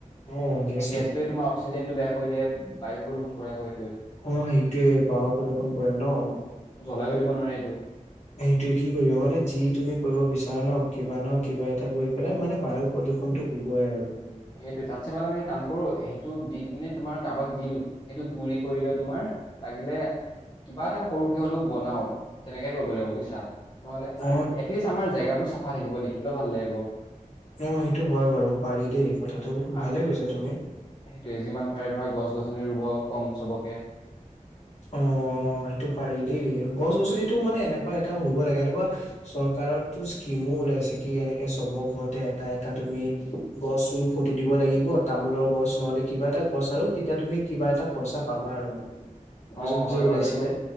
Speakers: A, on the left (about 55°); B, on the left (about 30°).
A: অ গেছটো
B: সেই গেছটোৱে তোমাৰ অক্সিজেনটো বেয়া কৰি দিয়ে, বায়ু প্ৰদূষণ কৰাকৈ
A: অ', সেইটোৱে বায়ু প্ৰদূষন কৰে নহ?
B: জ্বলাইও দিব নোৱাৰে সেইটো
A: সেইটোৱে কি কৰিবা মানে যি তুমি কৰিব বিচাৰা নহ, কিবা ন' কিবা এটা গৈ পেলাই মানে বায়ু প্ৰদূষণটো হব আৰু
B: সেইটোৱে তাতছে ভাল আমি কাম কৰো সেইটো দি কিনে তোমাৰ কাৰোবাক দি দিওঁ সেইটো গুৰি কৰিলে তোমাৰ লাগে <unintelligible> কিবা এটা সৰুকে হ'লেও বনাওঁক, তেনেকে কৰিব লাগিব বুজিছা? ন'হলে আ-আ
A: অ
B: এটলিষ্ট আমাৰ জেগাবোৰ চাফা থাকিব, দেখিবলৈও ভাল লাগিব।
A: অ', সেইটো হয় বাৰু, পাৰি দেই কথাটো
B: আৰু
A: ভালে ভাবিছা তুমি।
B: সেইটোৱে যিমান পাৰে <unintelligible> ৰুব কম চবকে।
A: অ'। অ', সেইটো পাৰি দেই গছ-গছনিটো মানে এনেকুৱা এটা হ'ব লাগে, এনেকুৱা চৰকাৰৰটো স্কিম <unintelligible> ওলাইছে কি এনেকে চবৰ ঘৰতে এটা এটা তুমি গছ ৰুই ফটো দিব লাগিব তামোলৰ গছ নহলে কিবা এটা গছ আৰু তেতিয়া তুমি কিবা এটা পইচা পাবা আৰু মানে। মাজত
B: অ', অ',
A: যে
B: হয়
A: ওলাইছিলে
B: বাৰু এইটো।